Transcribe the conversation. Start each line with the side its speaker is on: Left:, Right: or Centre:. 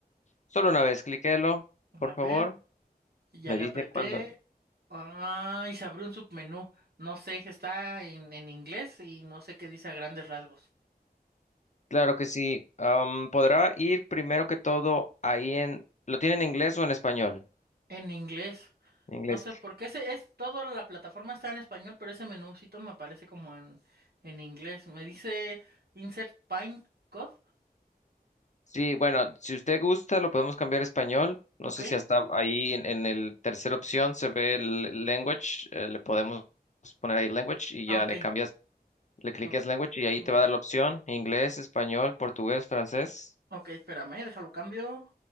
Left: solo una vez, cliquélo,
Right: A
Left: por
Right: ver,
Left: favor.
Right: ya
Left: Me
Right: le
Left: dice
Right: apreté.
Left: cuándo.
Right: Ah, y se abrió un submenú. No sé, está en, en inglés y no sé qué dice a grandes rasgos.
Left: Claro que sí, am, podrá ir primero que todo ahí en, ¿lo tiene en inglés o en español?
Right: En inglés.
Left: En Inglés.
Right: No sé por qué ese es toda la plataforma está en español, pero ese menúcito me aparece como en, en inglés. Me dice insert pine code.
Left: Sí, bueno, si usted gusta, lo podemos cambiar a español. No
Right: Ok.
Left: sé si hasta ahí en, en el tercera opción se ve el language. eh, le podemos poner ahí language y
Right: Ah,
Left: ya
Right: ok.
Left: le cambias, le cliques
Right: Ok.
Left: language y ahí
Right: Ok.
Left: te va a dar la opción inglés, español, portugués, francés.
Right: Ok, espérame, déjalo cambio.